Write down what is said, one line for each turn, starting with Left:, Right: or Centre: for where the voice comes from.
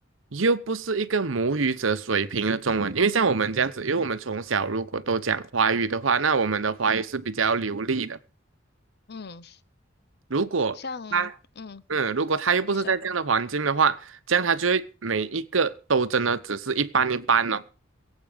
Right: 又不是一个母语者水平的中文，因为像我们这样子，因为我们从小如果都讲华语的话，那我们的华语是比较流利的，
Left: 嗯，
Right: 如果他嗯，
Left: 像，嗯，
Right: 如果他又不是在这样的环境的话，
Left: 你说，
Right: 这样他就会每一个都真的只是一般一般了。